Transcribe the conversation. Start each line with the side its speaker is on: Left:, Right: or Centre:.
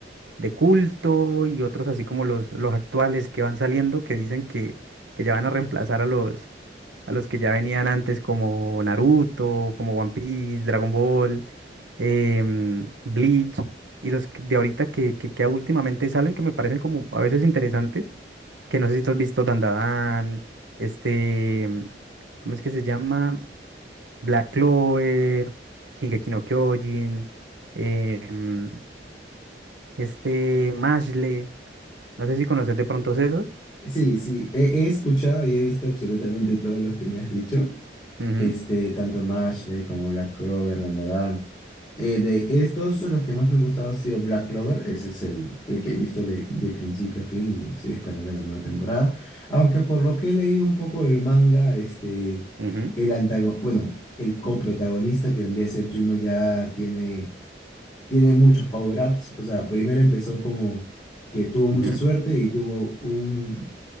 Right: de culto y otros así como los, los actuales que van saliendo que dicen que, que ya van a reemplazar a los, a los que ya venían antes como Naruto, como One Piece, Dragon Ball, em, Bleach y los que- de ahorita que, que, que últimamente salen que me parecen como a veces interesantes, que no sé si tú has visto Dandadan, este, ¿cómo es que se llama? Black Clover, Shingeki no Kyojin, em, este Mashle, no sé si conoces de pronto esos.
Left: Sí, sí, he, he escuchado y he visto absolutamente todos los que me has dicho.
Right: Ujú,
Left: este, tanto Mashley como Black Clover, Dandadan. Eh, de estos, los que más me han gustado ha sido Black Clover, ese es el, el que he visto de, de principio a fin y estoy esperando la nueva temporada. Aunque por lo que he leído un poco del manga, este,
Right: ujú,
Left: el antago- bueno, el coprotagonista que vendría a ser Juno ya tiene tiene muchos power-ups. O sea, primero empezó como que tuvo mucha
Right: ujú.
Left: suerte y tuvo un,